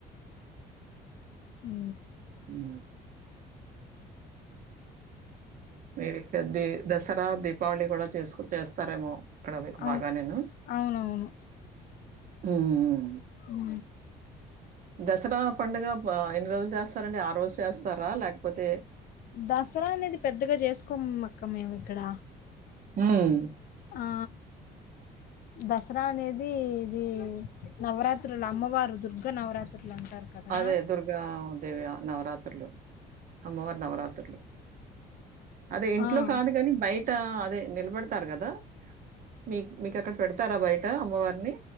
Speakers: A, on the right (about 55°); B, on the left (about 60°).
A: <inaudible>
B: ఊ
A: ఊ మీరు తధి దసరా దీపావళి గుడ చేసుకు చేస్తారేమో ఇక్కడ మీక్
B: అవు
A: బాగ నేను
B: అవునవును
A: హ్మ్
B: ఉ
A: దసరా పండుగ బ ఎన్ని రోజులు చేస్తారండి ఆ రోజ్ చేస్తరా లేక్పోతే
B: దసరా అనేది పెద్దగ చేసుకొమ్మ్ అక్క మేమ్ ఇక్కడ
A: ఉం
B: ఆ దసరా అనేది ఇది నవరాత్రులు అమ్మవారు దుర్గ నవరాత్రులు అంటారు కదా
A: అదే దుర్గా దేవి నవరాత్రులు అమ్మవారి నవరాత్రులు అదే ఇంట్లో
B: ఆ
A: కాదు కాని బయట బయటా అదే నిల్బేడ్తారు కదా మీ మీకక్కడ పెడతారా బయట అమ్మవారిని